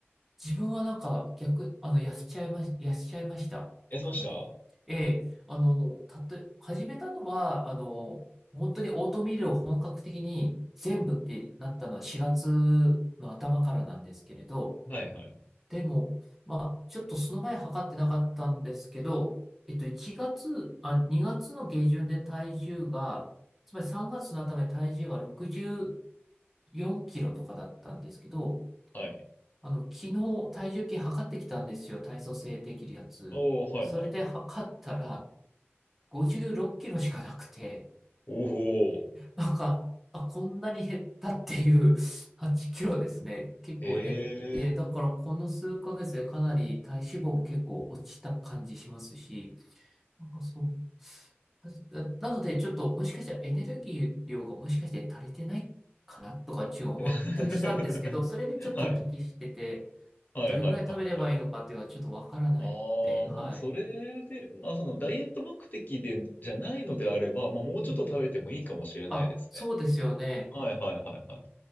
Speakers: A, in the centre; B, on the left (about 40°).
A: 自分はなんか逆、あの、痩せちゃいまし、痩せちゃいました。
B: 痩せましたは
A: かなり。ええ、あの、たとえ、始めたのは、あの、本当にオートミールを本格的に全部ってなったのは4月の頭からなんですけれど、
B: いはい。
A: でも、まあ、ちょっとその前測ってなかったんですけど、えっと、1月、あ、2月の下旬で体重が、つまり3月の頭に体重が64キロとかだったんですけど、
B: はい。
A: あの、昨日体重計測ってきたんですよ。体組成できるやつ。
B: おー、はいはいはい。
A: それで測ったら56キロしかなくて、
B: おー、
A: なんか、あ、こんなに減ったっていう <laughs> 8キロですね。結構減って、
B: えー。
A: だからこの数ヶ月でかなり体脂肪も結構落ちた感じしますし、なんかそう。あなのでちょっともしかしたらエネルギー量がもしかして足りてないかなとか一応思ったりしたんですけど、
B: <laughs>
A: それでちょっとお聞きしてて、
B: はいはいはいはいはい。
A: どれぐらい食べればいいのかっていうのはちょっとわからないので、
B: ああ、
A: はい。
B: まあ、それで、まあ、そのダイエット目的でじゃないのであれば、まあ、もうちょっと食べてもいいかもしれないですね。
A: うんあ、そうですよね。
B: はいはいはいはい。